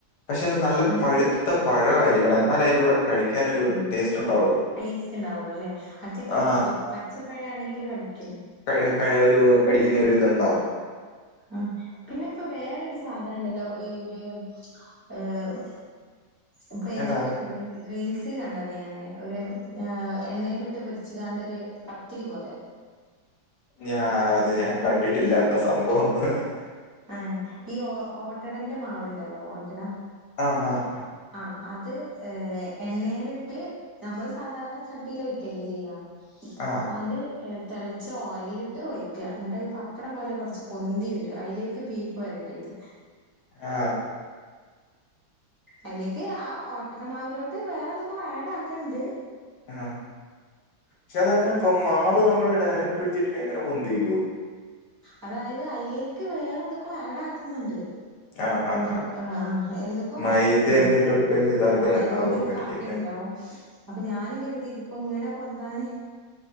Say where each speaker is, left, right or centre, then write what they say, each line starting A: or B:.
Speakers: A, on the left; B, on the right.
A: പക്ഷെ അത് നല്ല
B: എന്താച്ചാല്
A: പഴുത്ത പഴമായിരിക്കണം എന്നാലേ അതിന്റെ കൂടെ കഴിക്കാനൊരു
B: ഉം
A: ടേസ്റ്റ് ഉണ്ടാവും
B: ടേസ്റ്റ് ഉണ്ടാവുള്ളു അല്ലേ മറ്റേ കടിക്കും
A: ആ
B: പച്ചപ്പഴ ആണെങ്കില് കടിക്കും.
A: എ കയ് ഒരു കടിക്കുന്നൊരു ഇത്ണ്ടാവും.
B: ആഹ് പിന്നെ ഇപ്പൊ വേറരു സാധനംണ്ടല്ലോ ഈ ഒരു ഏഹ് ഇപ്പൊ ഏതരു
A: എന്താ
B: റേൽ റീൽസ് റീല്സില് കണ്ടതാ ഞാന് ഒരു എണ്ണയിലിട്ട് പൊരിച്ച് കാണ്ട് ഒരു പത്തിരി പോലെ
A: ഞാ അത് ഞാൻ കണ്ടിട്ടില്ല എന്താ സംഭവം എന്താന്ന്
B: ആഹ് ഈ ഓട്ട ഓട്ടടന്റെ മാവ് ഇണ്ടല്ലോ ഓട്ടട
A: ആഹ് ആഹ്
B: ആഹ് അത് ഏഹ് എണ്ണേലിട്ട് നമ്മള് സാധാരണ ചട്ടീല് ഒഴിക്കല്ലേ ചെയ്യ
A: ആ
B: അത് തെളച്ച ഓയലിട്ട് ഒഴിക്ക എന്നിട്ട് അത് പപ്പടം പോലെ കൊറച്ച് പൊന്തി വെരും അതിലേക്ക് ബീഫ് വരട്ടിയത്
A: ആ
B: അയിലേക്ക് ആഹ് ഓട്ടയുടെ മാവിലോട്ട് വേറെ എന്തൊക്കോ ആഡ് ആക്ക്ണ്ട്
A: ആഹ് പക്ഷെ അതെങ്ങെനെ ഇപ്പ മാവ് നമ്മള് ഡയറക്ട് ഒഴിച്ചിട്ട്ണ്ടെങ്കി എങ്ങനെ പൊന്തതി വരും
B: അതായത് അതിലേക്ക് വേറെ എന്തൊക്കോ ആഡ് ആക്കുന്നുണ്ട്
A: ആ ആ
B: എന്തോ
A: ആ
B: ആഹ് എന്തൊക്കോ
A: മൈദ
B: ആടാക്കുന്നുണ്ട്
A: എന്തേലുമൊക്കെ ഇതാക്കുന്നുണ്ടാവുമായിരിക്കും
B: ആഹ് എന്തെങ്കിലും കാട്ടി
A: അല്ലേ
B: ഇണ്ടാവും അപ്പൊ ഞാനും കരുതി ഇതിപ്പോ ഇങ്ങനെ പൊന്താന്